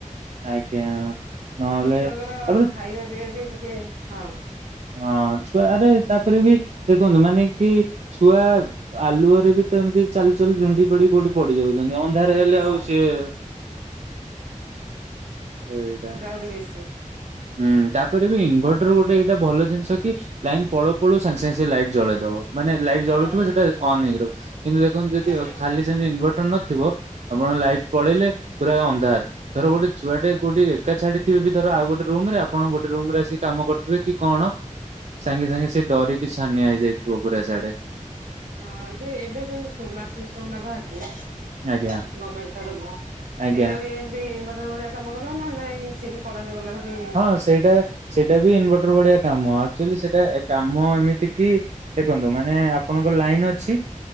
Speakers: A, on the right; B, on the right.
A: ଆଜ୍ଞା। ନହେଲେ
B: ଏବେ ଛୁଆଙ୍କର
A: ତାପରେ
B: ଖାଇବା ପିଇବା ବି ଟିକେ ହଁ
A: ହଁ, ଛୁଆ ଆରେ ତାପରେ ବି ଦେଖନ୍ତୁ ମାନେ କି ଛୁଆ ଆଲୁଅରେ ବି ତ ଏମିତି ଚାଲୁଚାଲୁ ଝୁଣ୍ଡି ପଡି କୋଉଠି ପଡି ଯାଉଛନ୍ତି ଅନ୍ଧାର ହେଲେ
B: ହଁ
A: ଆଉ ସିଏ ଏଇଟା
B: ସେଟା ଆହୁରି ବେସୀ
A: ହୁଁ, ତାପରେ ବି ଇନଭର୍ଟର ଗୋଟେ ଏଇଟା ଭଲ ଜିନିଷ କି ଲାଇନ୍ ପଳଉ ପଳଉ ସାଙ୍ଗେ ସାଙ୍ଗେ ସେ ଲାଇଟ ଜଳେଇଦବ। ମାନେ ଲାଇଟ୍
B: ହଁ
A: ଜଳୁଥିବ ସେଇଟା ଅନ୍ <unintelligible> ହେଇଗିବ କିନ୍ତୁ ଦେଖନ୍ତୁ ଯଦି
B: ହଁ।
A: ଖାଲି ସେମିତି ଇନଭର୍ଟର ନଥିବ ଆପଣ ଲାଇଟ୍ ପଳେଇଲେ ପୁରା ଅନ୍ଧାର ଧର ଗୋଟେ ଛୁଆଟେ କୋଉଠି ଏକ ଛାଡି ଥିବେ ବି ଧର ଆଉ ଗୋଟେ ରୁମ ରେ ଆପଣ ଗୋଟେ ରୁମରେ ଆସି କାମ କରିବେ କି କଣ ସାଙ୍ଗେ ସାଙ୍ଗେ ସେ ଡରିକି ଛାନିଆ ହେଇଯାଇଥିବ ପୁରା ସିଆଡେ?
B: ହଁ ଏ ଯେ ଏବେ ଯୋ ସୋଲାର ସିଷ୍ଟମ ନେବା <unintelligible>
A: ଆଜ୍ଞା।
B: ଗଭର୍ଣ୍ଣମେଣ୍ଟ ତରଫରୁ,
A: ଆଜ୍ଞା
B: ସେଟା ବି ଏମତି ଇନଭର୍ଟର୍‌ରେ ଭଳିଆ କାମ କରିବ ନା ନାଇଁ, <unintelligible> କରନ୍ତି ଗଲେ ଫରି <unintelligible>
A: ହଁ ସେଇଟା ସେଇଟା ବି ଇନଭର୍ଟର ଭଳିଆ କାମ ଆକ୍ଚୁଆଲି ସେଇଟା କାମ ଏମିତି କି ଦେଖନ୍ତୁ ମାନେ ଆପଣଙ୍କ ଲାଇନ ଅଛି